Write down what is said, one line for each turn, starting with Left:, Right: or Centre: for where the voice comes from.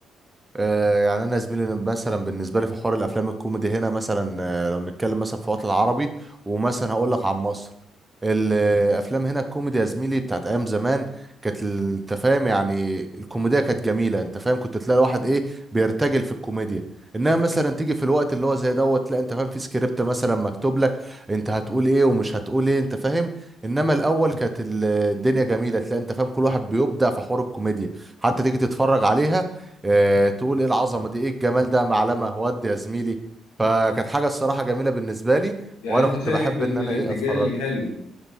Right: آه، يعني انا زميلي مثلا بالنسبه لي في حوار الافلام الكوميدي هنا مثلا آه، لو نتكلم مثلا في الوطن العربي ومثلا هقول لك عن مصر الافلام هنا الكوميدي يا زميلي بتاعت ايام زمان كانت ال- انت فاهم يعني الكوميديا كانت جميله انت فاهم كنت تلاقي الواحد ايه بيرتجل في الكوميديا انها مثلا تيجي في الوقت اللي هو زي دوت لا انت فاهم في سكريبت مثلا مكتوب لك انت هتقول ايه ومش هتقول ايه انت فاهم انما الاول كانت ال- الدنيا جميله تلاقي انت فاهم كل واحد بيبدع في حوار الكوميديا حتى تيجي تتفرج عليها آه، تقول ايه العظمه دي ايه الجمال ده معلمه ودي يا زميلي فكانت حاجه الصراحه جميله بالنسبه لي
Left: يعني
Right: وانا
Left: انت
Right: كنت
Left: شايف
Right: بحب
Left: ان
Right: ان انا
Left: الارتجال
Right: ايه اتفرج
Left: حلو